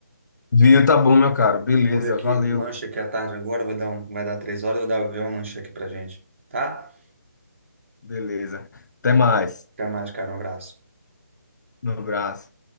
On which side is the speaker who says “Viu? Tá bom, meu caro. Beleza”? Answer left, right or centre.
Left